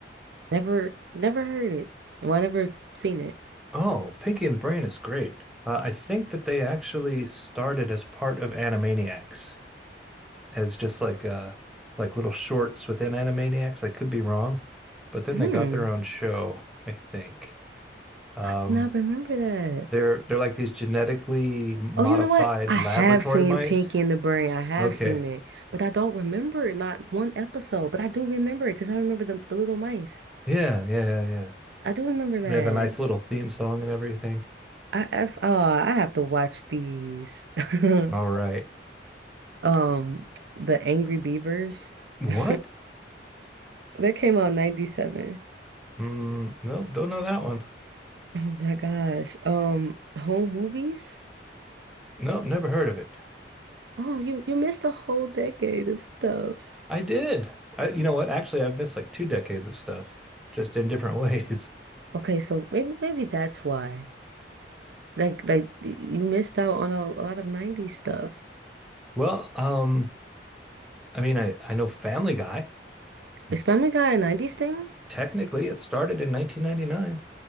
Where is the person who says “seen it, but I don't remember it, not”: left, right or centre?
Right